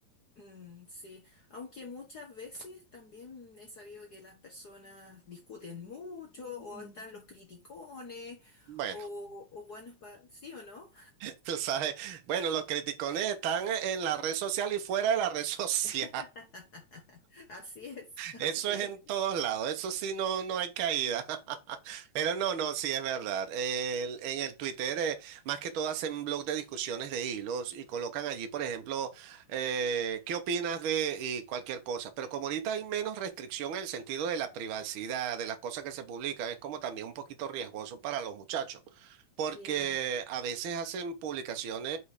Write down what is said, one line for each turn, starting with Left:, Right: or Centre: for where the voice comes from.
Left: Mm, sí, aunque muchas veces también he sabido que las personas discuten mucho o Mm. están los criticones
Right: Bueno,
Left: o, o buenos para... ¿Sí o no?
Right: <laughs> tú sabes, bueno, los criticones están en la red social y fuera de la red <laughs> social.
Left: <laughs> Así es, así
Right: Eso es
Left: es.
Right: en todos lados, eso sí no, no hay caída. <laughs> Pero no, no, sí es verdad. El- en el Twitter, eh, más que todo hacen blog de discusiones de hilos y colocan allí, por ejemplo, eh, ¿qué opinas de y cualquier cosa? Pero como ahorita hay menos restricción en el sentido de la privacidad, de las cosas que se publican, es como también un poquito riesgoso para los muchachos. Porque
Left: Claro,
Right: a veces hacen publicaciones,